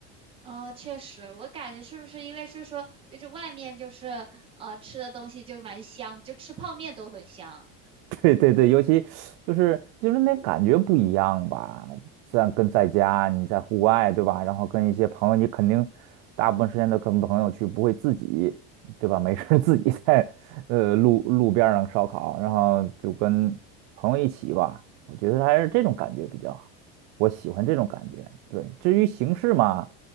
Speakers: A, on the right; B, on the right.
A: 嗯，确实，我感觉是不是因为是说，就是外面就是呃吃的东西就蛮香，就吃泡面都很香。
B: <laughs> 对对对，尤其就是就是那感觉不一样吧，在跟在家你在户外对吧？然后跟一些朋友，你肯定大部分时间都跟朋友去，不会自己对吧？没事儿自己在呃路路边儿上烧烤，然后就跟朋友一起吧。我觉得还是这种感觉比较好，我喜欢这种感觉。
A: 嗯。
B: 对，至于形式嘛，